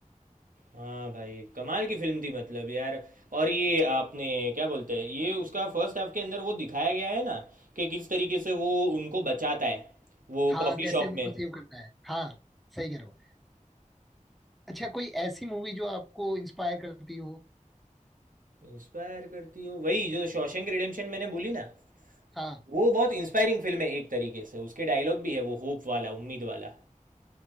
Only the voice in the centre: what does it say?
हाँ
कैसे
उनको
सेव करता है हाँ सही कह रहे हो अच्छा कोई ऐसी मूवी जो आपको इंस्पायर करती हो
हाँ